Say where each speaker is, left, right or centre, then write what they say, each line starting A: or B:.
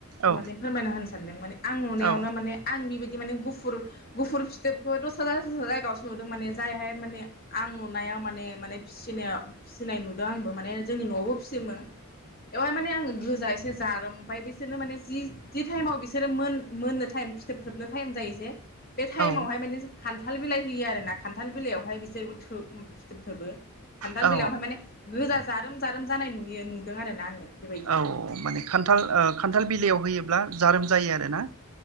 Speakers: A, on the right; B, on the left.
A: औ
B: माने फोरमायना होनो सानदों माने आं नुनायावनो
A: औ
B: माने आं बिबायदि बे माने गुफुर गुफुर फिथोबखौ दस्रा जायगायावसो नुदों माने जायहाय माने आं नुनायाव माने माने फिसिनायाव फिसिनाय नुदों आंबो माने जोंनि न'आवबो फिसियोमोन एवाय माने आङो गोज बुरजा एसे जारोम ओमफ्राय बिसोरनो माने जि टाइमाव बिसोरो मोन मोननो टाइम फिथोब थोबनो टाइम जायो जे बे
A: औ
B: टाइमावहाय माने खान्थाल बिलाइ होयो आरो ना खान्थाल बिलाइयावहाय बिसोरबो थोब फिथोब थोबो खान्थाल
A: औ
B: बिलाइआव ओमफाय माने गोजा जारोम जारोम जानाय नुयो नुदों आरोना आङो बेबायदि
A: औ माने खान्थाल ओ खान्थाल बिलाइयाव होयोब्ला जारोम जायो आरोना